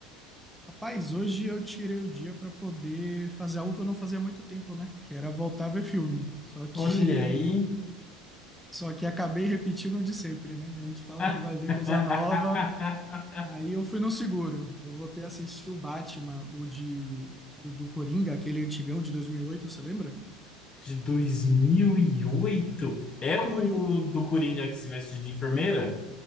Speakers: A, in the centre; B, on the left.
A: Rapaz, hoje eu tirei o dia pra poder fazer algo que eu não fazia há muito tempo, né? Que era voltar a ver filme. Só que
B: Olha aí.
A: <laughs> só que acabei repetindo o de sempre, né? A gente fala
B: <laughs>
A: que vai ver coisa nova, aí eu fui no seguro. Eu voltei a assistir o Batman, o de o do Coringa, aquele antigão de 2008, você lembra?
B: De 2008. É o
A: Foi o
B: do Coringa que se veste de enfermeira?